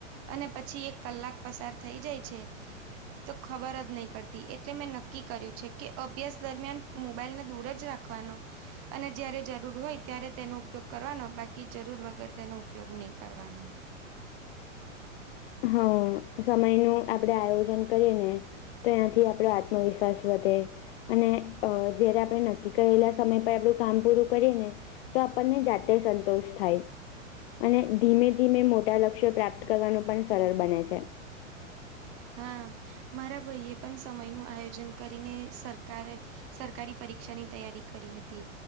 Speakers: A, on the right; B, on the left.
A: અને પછી એક કલાક પસાર થઈ જાય છે તો ખબર જ નહી પડતી. એટલે મેં નક્કી કર્યું છે કે અભ્યાસ દરમિયાન મોબાઈલને દૂર જ રાખવાનો. અને જયારે જરૂર હોય ત્યારે તેનો ઉપયોગ કરવાનો બાકી જરૂર વગર તેનો ઉપયોગ નહી કરવાનો.
B: હા સમય નું આપડે આયોજન કરીએ ને, તો એ્યાંથી આપડો આત્મવિશ્વાસ વધે. અને અ જયારે આપણે નક્કી કરેલા સમય પર આપણું કામ પૂરું કરીએ ને, તો આપણને જાતે સંતોષ થાય. અને ધીમે ધીમે મોટા લક્ષ્યો પ્રાપ્ત કરવાનું પણ સરળ બને છે.
A: હા મારા ભાઈ એ પણ સમય નું આયોજન કરીને સરકાર સરકારી પરીક્ષાની તૈયારી કરી હતી.